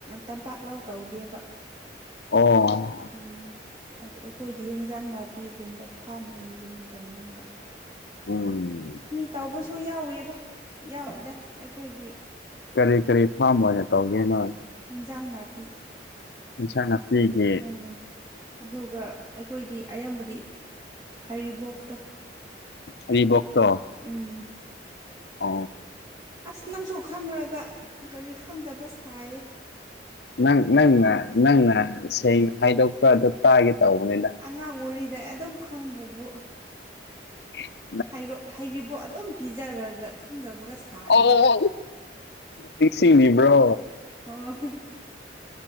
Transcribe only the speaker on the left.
ꯑꯣ
ꯎꯝ
ꯀꯔꯤ ꯀꯔꯤ ꯐꯥꯝ ꯑꯣꯏꯅ ꯇꯧꯒꯦ ꯅꯣꯏ
ꯏꯁꯥꯡ ꯅꯥꯞꯄꯤꯒꯤ
ꯍꯩꯔꯤꯕꯣꯛꯇꯣ
ꯑ
ꯅꯪ ꯅꯪꯅ ꯅꯪꯅ ꯁꯦꯡꯅ ꯍꯥꯏꯗꯣꯛꯄ ꯑꯗꯨ ꯇꯥꯒꯦ ꯇꯧꯕꯅꯤꯅ
<inaudible>
ꯑꯣ
ꯅꯤꯡꯁꯤꯡꯂꯤꯕ꯭ꯔꯣ